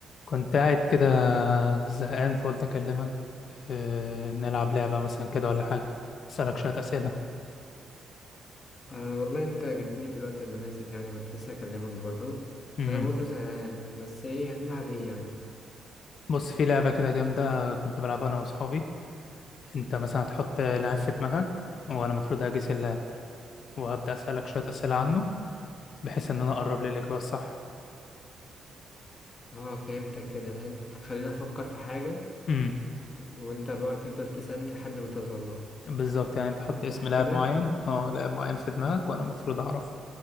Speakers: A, on the left; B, on the left.
A: كنت قاعد كده زهقان فقلت أكلمك آه، نلعب لعبة مثلا كده ولا حاجة أسألك شوية أسئلة
B: أه والله انت جيت لي في الوقت المناسب يعني كنت لسه هكلمك برضو
A: مم.
B: انا برضو زهقان بس ايه هنلعب ايه يعني
A: بص في لعبة كده جامدة كنت بلعبها أنا وأصحابي أنت مثلا هتحط لاعب في دماغك وأنا المفروض هجيس اللاعب ده وهبدأ أسألك شوية أسئلة عنه بحيث إن أنا أقرب للإجابة الصح
B: اه فهمتك كده انت خلينا افكر في حاجة
A: مم.
B: وانت بقى تفضل تسألني لحد ما توصل لها
A: بالظبط يعني أنت حط اسم
B: صح
A: لاعب
B: كده
A: معين أه لاعب معين في دماغك وأنا المفروض أعرفه